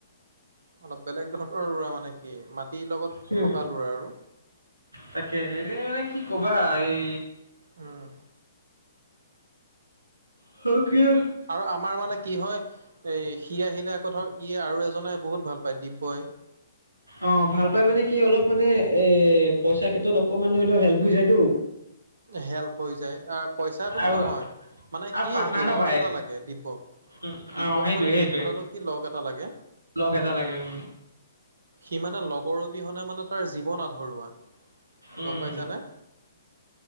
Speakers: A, on the right (about 65°); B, on the right (about 85°).
A: অলপ বেলেগ ধৰণৰ লৰা মানে কি মাটিৰ লগত
B: হু
A: থকা ল'ৰা আৰু
B: তাকে এনে মানে কি কবা এই
A: উম,
B: স কোৱা <unintelligible>
A: আৰু আমাৰ মানে কি হয় এ সি আহিলে আকৌ ধৰ ই আৰু এজনে বহুত ভাল পায় দিব্যই।
B: অ, ভাল পাই মানে কি অলপ মানে এ পইচাৰ ক্ষেত্ৰত অকমান ধৰি লওক হেল্প হৈ যায়তো।
A: হেল্প হৈ যায় পইচা বুলি
B: আৰু
A: নহয় মানে
B: আৰু
A: কি
B: পাৰ্টনাৰ
A: লগ
B: পায়
A: এটা লাগে দিব্যক।
B: উম,
A: দিব্যক
B: অ সেইটোৱে
A: মানে
B: সেইটোৱে
A: মেইন কথাটো কি লগ এটা লাগে।
B: লগ এটা লাগে উম
A: সি মানে লগৰ অবিহনে মানে তাৰ জীৱন আধৰুৱা,
B: উম
A: গম পাইছানে।